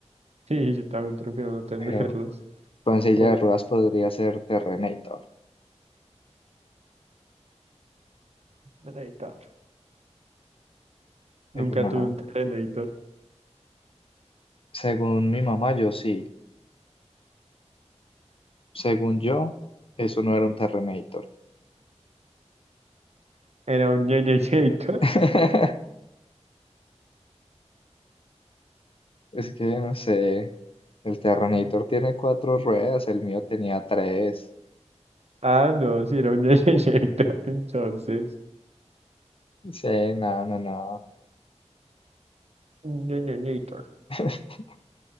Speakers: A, on the right; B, on the left.
A: Sí, yo también prefiero no tenerlos.
B: Pero con
A: <laughs>
B: silla
A: Pobre
B: de ruedas podría ser Terrenator.
A: Terrenator.
B: Pero
A: Nunca
B: no.
A: tuve un Terrenator.
B: Según mi mamá, yo sí. Según yo, eso no era un Terrenator.
A: ¿Era un Ñeñeñator?
B: <laughs> Es que no sé, el Terrenator tiene cuatro ruedas, el mío tenía tres.
A: Ah, no, sí, era un Ñeñeñator, <laughs> entonces.
B: Sí, nada, nada, nada.
A: Un Ñeñeñator.
B: <laughs>